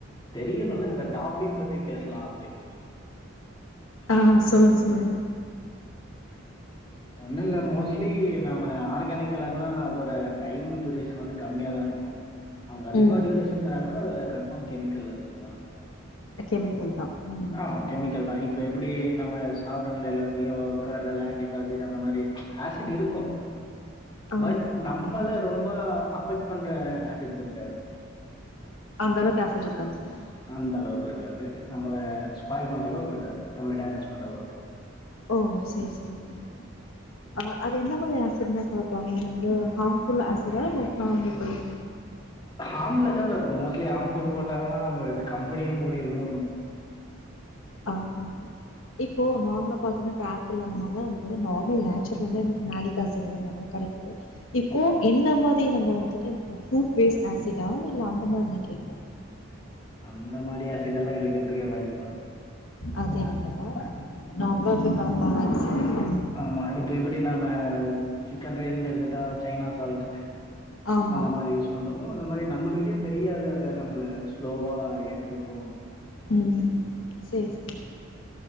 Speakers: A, on the left; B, on the left.
A: தெரியுமல்ல அந்த டாபிக் பத்தி பேசலா அப்டின்னு சொல்லி
B: ஆ சொல்லுங்க சொல்லுங்க
A: ஒன்னு இல்ல மோஸ்ட்லி நம்ம ஆர்கானிக் எல்லாருனா அதோட டைம் டியூரேஷன் வந்து கம்மியா தா இருக்கு அவுங்க அதிகமா
B: ம்
A: டியூரேஷன் தராங்கன்னா அதுல கன்ஃபார்ம் கெமிக்கல் இருக்குனு தா அர்த்தோ
B: கெமிக்கல் தா ம்
A: ஆ கெமிக்கல் தா இப்ப எப்பிடி நம்ம சாப்புறதுல எல்லாத்துலயு கர்ட்ல லாக்டிக் ஆசிட் அந்த மாரி ஆசிட் இருக்கு
B: ஆம்,
A: பட் நம்மள ரொம்ப அஃபெக்ட் பண்ற ஆசிட் இருக்காது
B: அந்தளவுக்கு ஆசிட் இருக்காது சார்
A: அந்தளவுக்கு இருக்காது நம்மள ஸ்பாய்ல் பண்றளவுக்கு இருக்காது நம்மள டேமேஜ் பண்ற அளவுக்கு
B: ஓ சேரி சேரிங்க ஆ அது எந்த மாதிரி ஆசிட்ன கலப்பாங்க அது வந்து ஹார்ம்ஃபுல் ஆசிடா இல்ல ஸ்ட்ராங் எப்புடி
A: ஹார்ம்லெஸ்ஸா தா இருக்கு மோஸ்ட்லி ஹார்ம்ஃபுல் போட்டாங்கன்னா அவுங்க கம்பெனியே மூடிரனு
B: ஆமாமா இப்போ நார்மலா பாத்தீங்கன்னா இப்ப ஆப்பிள் அந்த மாரிலா நமக்கு வந்து நார்மல் நேச்சுர்ல வந்து மேலிக் ஆசிட் அந்த மாரிலா கெடைக்குது இப்போ
A: ஓகே
B: என்ன மாதி நம்ம வந்துட்டு இப்போ ஃப்ரூட் பேஸ்ட் ஆசிட்டா இல்ல அந்த மாதிரி நா கேக்குற
A: அந்த மாரி ஆசிட் எல்லா எடுக்கறதுக்கே வாய்ப்புல்ல மேம்
B: அது இல்ல நார்மலா எப்டி கலப்பாங்க
A: ஆமா இப்ப எப்டி நாம சிக்கன் ரைஸ்னு எடுத்துட்டா சைனா சால்ட்
B: ஆமா.
A: அந்த மாரி யூஸ் பண்றோமோ அந்த மாரி நம்மளுக்கே தெரியாது அது நம்மள ஸ்லோவா எடுத்துக்கு
B: ம் சேர் சேர்